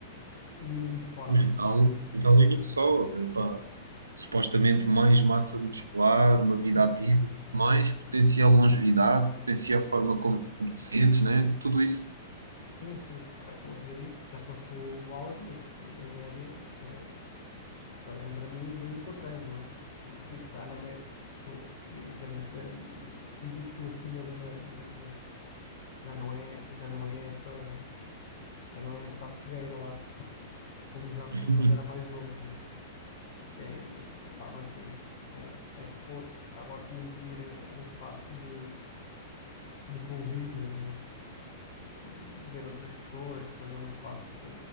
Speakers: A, on the left (about 55°); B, on the right (about 80°).
A: o mínimo de forma
B: Mental,
A: também.
B: mental e não só. Epá, Supostamente mais massa muscular, uma
A: Sim,
B: vida ativa,
A: sim.
B: mais potencial longevidade, potencial forma como te sentes, né? Tudo isso.
A: Sim, sim. Pá, eu estou a dizer isto, que já passou o auge, mas assim, em média. eh, Se olharem para mim, veem que eu treino, não é? Tipo assim, se calhar na média, estou, em termos de, de físicos, estou acima da média, né? Mas já não é, já não é essa, já não é essa a cegueira lá, <laughs> como já foi
B: <laughs>
A: quando era mais novo, né? É, epá, mas sim, é, é, fo- ou- pá, gosto muito de ir a um espaço de, de convívio, né? De, de ver outras pessoas, depois a um espaço de,